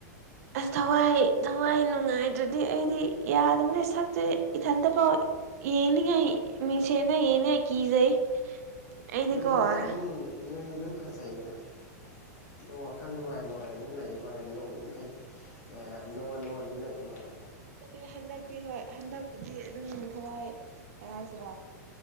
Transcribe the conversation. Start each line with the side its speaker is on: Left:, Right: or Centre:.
Right: ꯑꯁ ꯊꯋꯥꯏ ꯊꯋꯥꯏ ꯅꯨꯡꯉꯥꯏꯇ꯭ꯔꯗꯤ ꯑꯩꯗꯤ ꯌꯥꯗꯕꯅꯦ ꯁꯛꯇꯨ ꯏꯊꯟꯇꯐꯥꯎ ꯌꯦꯡꯅꯤꯡꯉꯥꯏ ꯃꯤꯡꯁꯦꯟꯗ ꯌꯦꯡꯅꯤꯡꯉꯥꯏ ꯀꯤꯖꯩ ꯑꯩꯗꯤꯀꯣ
Left: ꯅꯣꯏꯗꯤ
Right: ꯑꯁ
Left: ꯑꯗꯨꯝ ꯅꯣꯏꯗꯤ ꯑꯗꯨꯝ ꯐꯖꯩꯗ <unintelligible> ꯈꯔ ꯅꯨꯡꯉꯥꯏ ꯅꯨꯡꯉꯥꯏꯅ ꯑꯗꯨꯝ ꯂꯩꯕ ꯃꯥꯜꯂꯦ ꯅꯣꯛ ꯍꯥꯏ <unintelligible> ꯅꯣꯛꯑ ꯅꯣꯛꯑ ꯑꯗꯨꯝ ꯂꯩꯕ ꯃꯥꯜꯂꯦ
Right: ꯑꯗꯨꯗꯤ ꯍꯟꯗꯛꯇꯤ ꯍꯣꯏ ꯍꯟꯗꯛꯄꯨꯗꯤ ꯑꯗꯨꯝ ꯊꯋꯥꯏ ꯀꯩ ꯍꯥꯏꯁꯤꯔꯥ